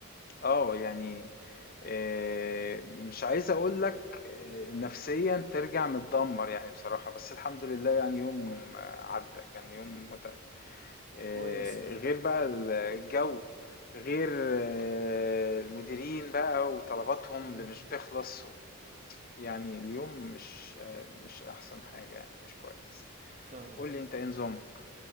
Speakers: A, on the left; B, on the right.
A: اه يعني آه، مش عايز اقول لك آه، نفسيا ترجع متدمر يعني بصراحة بس الحمد لله يعني يوم آه، عدى كان يوم متعب آه،
B: كويس يا عم
A: غير بقى الجو غير آه، المديرين بقى وطلباتهم
B: امم
A: اللي مش بتخلص و- يعني اليوم مش آه، مش احسن حاجة يعني مش كويس
B: فاهمك
A: قول لي انت ايه نظامك